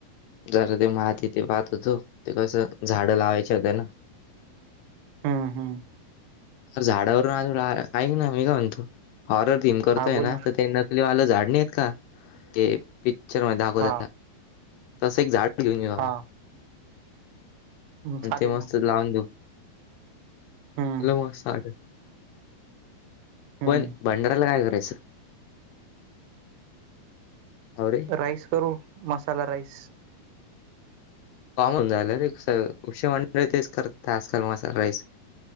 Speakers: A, on the left; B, on the right.
A: जरा ते माती ते पाहत होतो. ते कसं झाडं लावायच्या होत ना.
B: हम्म हम्.
A: अर झाडावरून आज ऐक ना मी का म्हणतो हॉरर थीम करतोय
B: हा बोल
A: ना. तर त्यांना ते वाल झाड नाही आहेत का ते पिक्चर मध्ये दाखवता
B: हा
A: तसा तस एक झाड ते घेऊन येऊ आपण,
B: हा चालेल
A: ते
B: ना
A: मस्त लावून देऊ.
B: हम्म
A: लाऊ मग साध.
B: हम्म
A: पण भंडाऱ्याला काय करायचं? अरे!
B: राईस करू मसाला राईस.
A: कॉमन झाल रे तेच <unintelligible> आजकाल मसाला राईस.